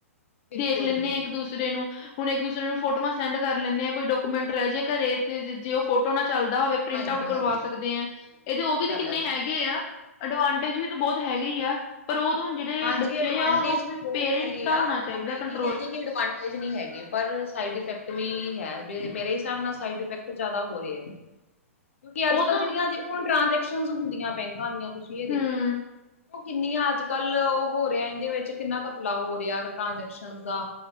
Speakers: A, on the left; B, on the left.
A: ਬਿਲਕੁਲ
B: ਦੇਖ ਲੈਂਣੇ
A: ਜੀ ਬਿਲਕੁਲ।
B: ਆਂ, ਇੱਕ ਦੂਸਰੇ ਨੂੰ। ਹੁਣ, ਇੱਕ-ਦੂਸਰੇ ਨੂੰ ਫੋਟੋਆਂ ਸੈਂਡ ਕਰ ਲੈਂਣੇ ਆ, ਕੋਈ ਡਾਕੂਮੈਂਟ ਰੈ ਜੇ ਘਰੇ, ਤੇ ਜੇ ਓਹ ਫੋਟੋ ਨਾ ਚੱਲਦਾ ਹੋਵੇ ਪ੍ਰਿੰਟ
A: ਹਾਂਜੀ
B: ਆਊਟ ਕਰਵਾ
A: ਹਾਂਜੀ
B: ਸਕਦੇ
A: ਬਿਲਕੁਲ
B: ਆਂ,
A: ਜੀ ਬਿਲਕੁਲ
B: ਏਹਦੇ
A: ਸਹੀ
B: ਓ ਵੀ ਤੇ
A: ਗੱਲ
B: ਕਿੰਨੇ
A: ਆ ਤੁਹਾਡੀ।
B: ਹੈਗੇ ਆ, ਅਡਵਾਂਟੇਜ ਵੀ ਬੋਤ ਹੈਗੇ ਈ ਯਾ, ਪਰ ਓਦੋਂ ਜੇੜੇ
A: ਹਾਂਜੀ
B: ਬੱਚੇ
A: ਐਡਵਾਂਟੇਜ
B: ਆ, ਹੁਣ ਓਹ
A: ਵੀ ਬਹੁਤ
B: ਪੇਰੈਂਟਸ
A: ਹੈਗੇ
B: ਦਾ
A: ਆ
B: ਹੋਣਾ
A: ਉਹ
B: ਚਾਈਦੈ
A: ਆਪਾਂ ਇਹ
B: ਕੰਟਰੋਲ।
A: ਨੀ ਕੀ, ਐਡਵਾਂਨ ਤੇਜ ਨੀ ਹੈਗੇ, ਪਰ ਸਾਈਡ ਇਫੈਕਟ ਵੀ ਹੈ ਬੇ, ਮੇਰੇ ਹਿਸਾਬ ਨਾਲ ਸਾਈਡ ਇਫੈਕਟ ਜੈਦਾ ਹੋ ਰੇ ਐ। ਕਿਉਂਕਿ, ਅੱਜ-ਕੱਲ੍ਹ
B: ਉਹ ਤਾਂ
A: ਜੇੜੀਆਂ ਦੇਖੋ, ਹੁਣ ਟ੍ਰਾਂਜੈਕਸ਼ਨ ਹੁੰਦੀਆਂ, ਬੈਂਕਾਂ ਦੀਆਂ ਤੁਸੀਂ ਏਹ ਦੇਖੋ।
B: ਹੂੰ
A: ਕਿੰਨੀਆਂ ਅੱਜ-ਕੱਲ੍ਹ ਓਹ ਹੋ ਰਿਐ ਐਣ ਦੇ ਵਿਚ, ਕਿੰਨਾ ਘੱਪਲਾ ਹੋ ਰਿਐ, ਅ ਟ੍ਰਾਂਜੈਕਸ਼ਨ ਦਾ।